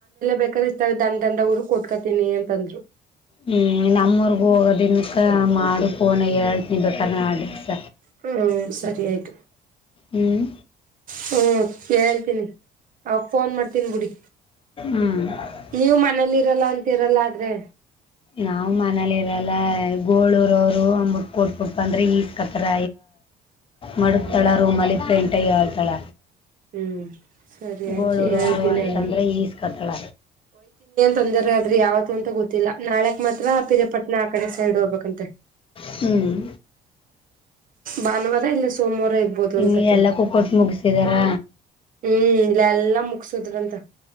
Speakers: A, on the right; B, on the left.
A: ಬೇಕಾದ್ರ ಇಷ್ಟ ದಂಡ ದಂಡ ಊರು ಕೊಟ್ಕೋತಿನಿ ಅಂತಂದ್ರು
B: ಹ್ಮ್ ನಮ್ಮೂರ್ಗ ಹೋಗೋದನ್ಕ ಮಾಡು ಫೋನ ಹೇಳ್ತನ ಬೇಕಾದ ಮಾಡ್ರಿಸ
A: ಹ್ಮ ಸರಿ ಆಯ್ತು
B: ಹ್ಮ್
A: ಹ್ಮ ಕೇಳ್ತೀನಿ ಅವ ಫೋನ್ ಮಾಡ್ತೀನ್ಿ ಬಿಡಿ
B: ಹ್ಮ್
A: ನೀವು ಮನೇಲಿ ಇರಲ್ಲ ಅಂತಿರಲ್ಲ ಆದ್ರೆ
B: ನಾವು ಮನೇಲಿ ಇರಲ್ಲ ಗೋಳೂರವರು ಅಂದ್ರ ಕೊಟ್ಬೇಕ ಅಂದ್ರೆ ಈಸ್ ಕತ್ತರ ಮಡಗ್ತಾಳ
A: ಹ್ಮ್
B: ರೂಮಲ್ಲಿ ಪೇಂಟಾಗಿ ಹೇಳ್ತಾಳ
A: ಹ್ಮ್ ಸರಿ ಆಯ್ತು
B: ಗೋಳೂರುೋರು
A: ಹೇಳ್ತೀನಿ
B: ಅಂತಂದ್ರೆ
A: ಹಂಗೆ
B: ಈಸ್ ಕತ್ತಳ
A: ತೊಂದರೆ ಆದ್ರೆ ಯಾವತ್ತು ಅಂತ ಗೊತ್ತಿಲ್ಲ ನಾಳಕ್ ಮಾತ್ರ ಪಿರಿಯಾಪಟ್ಣಆ ಕಡೆ ಸೈಡ್ ಹೋಗ್ಬೇಕಂತ
B: ಹ್ಮ್
A: ಭಾನುವಾರ ಇಲ್ಲ ಸೋಮವಾರ ಇರ್ಬೋದು ಅನ್ಕತೀನಿ
B: ಇಲ್ಲಿ ಎಲ್ಲಕ್ಕೂ ಕೊಟ್ಟು ಮುಗಿಸಿದ್ದಾರೆ
A: ಹ್ಮ್ ಇಲ್ಲಲ್ಲ ಮುಗಸುದ್ರಂತ